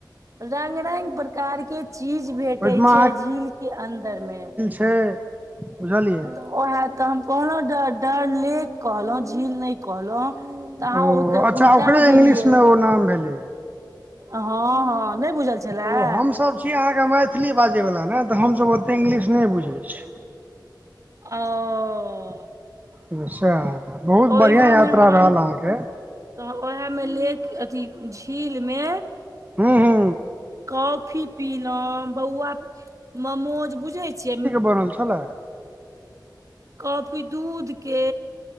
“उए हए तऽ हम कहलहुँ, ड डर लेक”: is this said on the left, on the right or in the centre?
Right